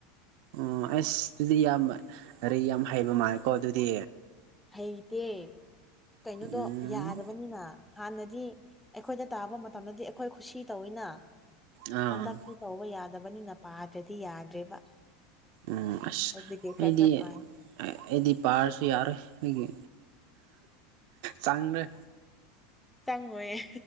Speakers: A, on the right; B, in the centre.
A: ꯑꯣ ꯑꯁ ꯑꯗꯨꯗꯤ ꯌꯥꯝ ꯂꯥꯏꯔꯤꯛ ꯌꯥꯝ ꯍꯩꯕ ꯃꯥꯜꯂꯦꯀꯣ ꯑꯗꯨꯗꯤ
B: ꯍꯩꯇꯦ ꯀꯩꯅꯣꯗꯣ
A: ꯎꯝ
B: ꯌꯥꯗꯕꯅꯤꯅ ꯍꯥꯟꯅꯗꯤ ꯑꯩꯈꯣꯏꯗ ꯇꯥꯕ ꯃꯇꯝꯗꯗꯤ ꯑꯩꯈꯣꯏ ꯈꯨꯁꯤ ꯇꯧꯑꯦꯅ
A: ꯑꯥ
B: ꯍꯟꯗꯛꯇꯤ ꯇꯧꯕ ꯌꯥꯗꯦ ꯌꯥꯗꯕꯅꯤꯅ ꯄꯥꯗ꯭ꯔꯗꯤ ꯌꯥꯗ꯭ꯔꯦꯕ
A: ꯎꯝ ꯑꯁ
B: ꯑꯗꯨꯒꯤ ꯈꯔ
A: ꯑꯩꯗꯤ
B: ꯈꯔ ꯄꯥꯏ
A: ꯑꯩꯗꯤ ꯄꯥꯔꯁꯨ ꯌꯥꯔꯣꯏ ꯑꯩꯒꯤ ꯆꯟꯗꯔ꯭ꯦ
B: ꯆꯪꯉꯣꯏꯌꯦ